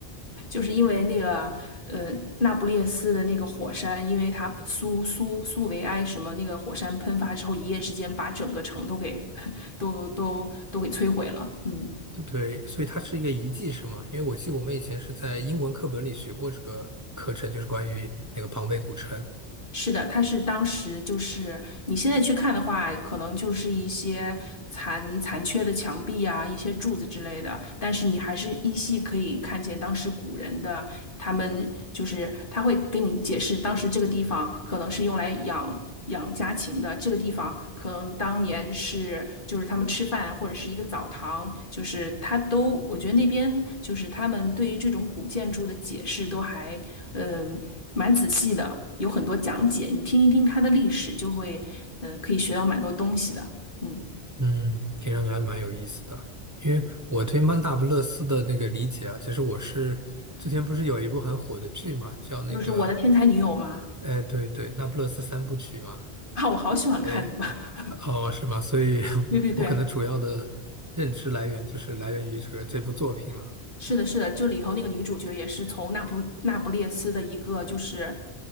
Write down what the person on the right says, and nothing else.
<laughs> 对对，所以它是一个遗迹是吗？因为我记得我们以前是在英文课本里学过这个课程，就是关于那个庞贝古城。
嗯，听上去还蛮有意思的。因为我对曼达布勒斯的那个理解啊，其实我是之前不是有一部很火的剧嘛，叫那个，
哎，对对，那不勒斯三部曲嘛，
对，哦，是吗？所以
<laughs> 我可能主要的认知来源就是来源于这个这部作品了，